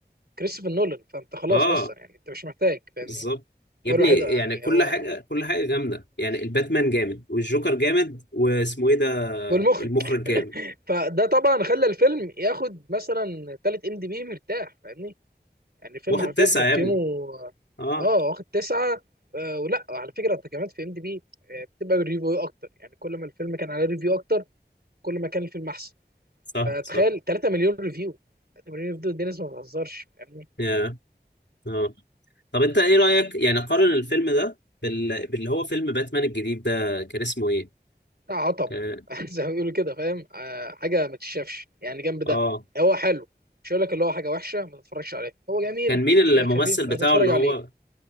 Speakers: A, on the right; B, on the left.
A: كريستوفر نولان فانت خلاص
B: اه
A: اصلا يعني انت مش محتاج فاهمني؟
B: بالظبط يا
A: هو
B: ابني
A: الوحيد
B: يعني
A: يعني
B: كل
A: هو
B: حاجة كل حاجة جامدة يعني الباتمان جامد والجوكر جامد واسمه ايه ده
A: والمخرج
B: المخرج جامد
A: <laughs> فده طبعا خلى الفيلم ياخد مثلا تالت ام دي بي مرتاح فاهمني؟ يعني الفيلم
B: واخد
A: حرفيا
B: تسعة
A: تقييمه
B: يا ابني
A: اه
B: اه
A: آه، واخد تسعة آه ولا على فكرة التقييمات في ام دي بي آه، بتبقى بالريفيو اكتر يعني كل ما الفيلم كان على ريفيو اكتر كل ما كان الفيلم احسن
B: صح
A: فتخيل
B: صح
A: 3 مليون ريفيو 3 مليون ريفيو دول الناس ما بتهزرش فاهمني
B: يا اه طب انت ايه رأيك يعني قارن الفيلم ده بال... باللي هو فيلم باتمان الجديد ده كان اسمه ايه
A: ده عطب
B: اه,
A: <laughs> زي ما بيقولوا كده فاهم آه حاجه ما تتشافش يعني جنب ده
B: آه.
A: هو حلو مش هقول لك اللي هو حاجه وحشه ما تتفرجش عليه هو جميل
B: كان مين الممثل
A: آه خفيف
B: بتاعه
A: هتتفرج
B: اللي هو
A: عليه